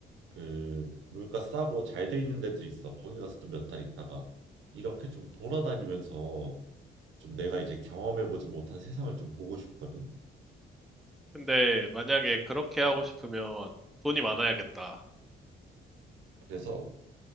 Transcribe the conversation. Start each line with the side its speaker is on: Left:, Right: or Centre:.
Right: 그 물가 싸고 잘 돼 있는 데들이 있어 거기 가서 또 몇 달 있다가 이렇게 좀 돌아다니면서 좀 내가 이제 경험해 보지 못한 세상을 좀 보고 싶거든
Centre: 근데 만약에 그렇게 하고 싶으면 돈이 많아야겠다.
Right: 그래서